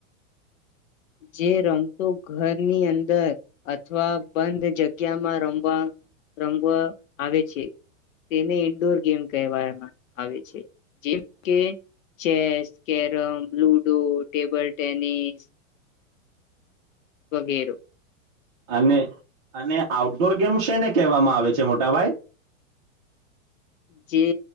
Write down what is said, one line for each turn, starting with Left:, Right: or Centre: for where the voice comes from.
Left: જે રમતો ઘરની અંદર અથવા બંધ જગ્યામાં રમવા રમવા આવે છે તેને ઇન્ડોર ગેમ કહેવામાં આવે છે જેમ કે chess carrom ludo table tennis વગેર
Right: અને અને આઉટડોર ગેમ્ છે ને કહેવામાં આવે છે મોટાભાઈ
Left: જે